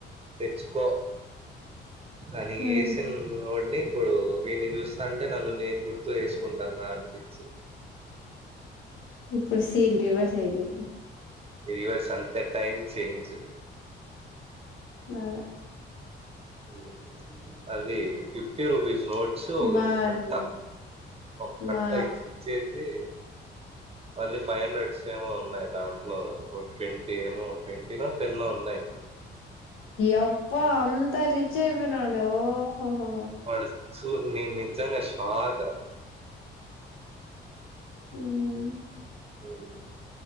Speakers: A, on the right; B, on the left.
A: తెచ్చుకో కానీ
B: ఉమ్
A: ఏసీల్లో ఓడ్ని ఇప్పుడు వీని జూస్తా ఉంటే నన్ను నేను గుర్తు జేసుకుంటాన్నా అనిపించింది.
B: ఇప్పుడు సీన్ రివర్స్ అయిబెన్
A: రీవర్స్ అంత టైమ్ చేంజ్
B: దాదే
A: ఉహ్ అది ఫిఫ్టీ రుపీస్ నోట్ సో
B: మాది
A: ఓగ్ కట్ట ఒక కట్ట ఒక కట్ట
B: మా
A: ఇచ్చి ఇచ్చేసి. మళ్ళీ ఫైవ్ హండ్రెస్ దేమో ఉన్నాయ్ దాంట్లో ఒక ట్వంటీ ఏమో ట్వంటీనో టెన్ ఓ ఉన్నాయ్.
B: ఎప్ప అంత రిచ్ అయిపోయినాడు ఓహోహోహో
A: వాడు చూ నేను నిజంగా షాక్రా
B: మ్
A: మ్